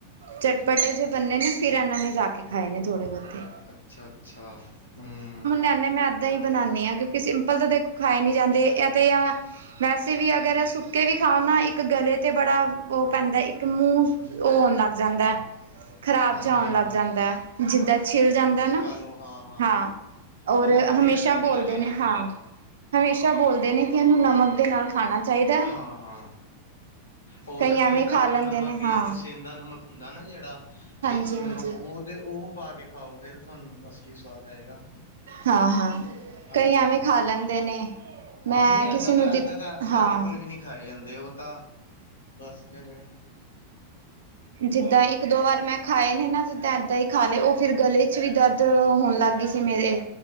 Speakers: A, on the right (about 65°); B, on the left (about 70°).
A: ਚਟਪਟੇ ਜੇ ਬੰਣੇ ਨੇ, ਫਿਰ ਇਹਨਾਂ ਨੇ ਜਾ ਕੇ ਖਾਏ ਨੇ ਥੋੜੇ ਬਹੁਤੇ।
B: ਅੱਛਾ- ਅੱਛਾ, ਹੂੰ।
A: ਇਨੇ ਮੈਂ ਦਹੀ ਬਣਾਉਂਦੀ ਹਾਂ, ਕਿਉਂਕਿ ਸਿੰਪਲ ਤਾਂ ਦੇਖੋ ਖਾਏ ਨੀ ਜਾਂਦੇ ਇਹ ਤੇ ਆ ਵੈਸੇ ਵੀ ਅਗਰ ਸੁੱਕੇ ਵੀ ਖਾਓ ਨਾ ਇੱਕ ਗਲੇ 'ਤੇ ਬੜਾ ਉਹ ਪੈਂਦਾ ਇੱਕ ਮੂੰਹ ਉਹ ਆਉਣ ਲੱਗ ਜਾਂਦਾ, ਖ਼ਰਾਬ
B: ਹਾਂਜੀ
A: 'ਚ ਆਉਣ
B: ਹਾਂਜੀ
A: ਲੱਗ ਜਾਂਦਾ ਹੈ, ਜਿੱਦਾਂ ਛਿੱਲ ਜਾਂਦਾ ਨਾ
B: ਹੈਲੋ, ਹਾਂ।
A: ਹਾਂ, ਔਰ
B: ਉਹ ਲੱਗਦੇ
A: ਹਮੇਸ਼ਾ
B: ਆ ਨਾ ਫਿਰ
A: ਬੋਲਦੇ
B: ਗਲੇ
A: ਨੇ
B: 'ਚ
A: ਹਾਂ, ਹਮੇਸ਼ਾ ਬੋਲਦੇ ਨੇ। ਕਹਿੰਦੇ ਨਮਕ ਦੇ ਨਾਲ ਖਾਣਾ। ਚਾਹੀਦਾ
B: ਹਾਂ - ਹਾਂ ਹੋ
A: ਕਈ
B: ਸਕੇ
A: ਐਵੇਂ
B: ਤੇ ਕਾਲਾ
A: ਖਾ ਲੈਂਦੇ
B: ਨਮਕ
A: ਨੇ
B: ਜਾਂ
A: ਹਾਂ
B: ਫਿਰ ਸੇਂਦਾ ਨਮਕ ਹੁੰਦਾ ਨਾ ਜਿਹੜਾ
A: ਹਾਂਜੀ
B: ਦੇਸੀ
A: ਹਾਂਜੀ
B: ਨਮਕ ਉਹ। ਤੇ ਉਹ ਪਾ ਕੇ ਖਾਓ, ਫੇਰ ਤੁਹਾਨੂੰ ਅਸਲੀ ਸਵਾਦ ਆਏਗਾ।
A: ਹਾਂ -ਹਾਂ!
B: ਹਾਂਜੀ
A: ਕਈ ਐਵੇਂ ਖਾ ਲੈਂਦੇ ਨੇ, ਮੈਂ
B: ਹਾਂ ਨਹੀਂ ਏਦਾਂ
A: ਕਿਸੇ ਨੂੰ
B: ਤਾਂ
A: ਦਿੱਤੇ
B: ਏਦਾਂ ਤਾਂ ਸਾਡੇ
A: ਹਾਂ।
B: ਕੋਲ ਵੀ ਨਹੀਂ ਖਾਏ ਜਾਂਦੇ ਓ ਤਾਂ ਬਾੱਸ ਫੇਰ
A: ਜਿੱਦਾਂ ਇੱਕ-ਦੋ ਵਾਰ ਮੈਂ ਖਾਏ ਨੇ ਨਾ, ਜਿੱਦਾਂ ਐਦਾਂ ਹੀ ਖਾ ਲੇ ਓ ਫਿਰ ਗਲੇ ਚ ਵੀ ਦਰਦ ਹੋਨ ਲੱਗ ਗਈ ਸੀ ਮੇਰੇ।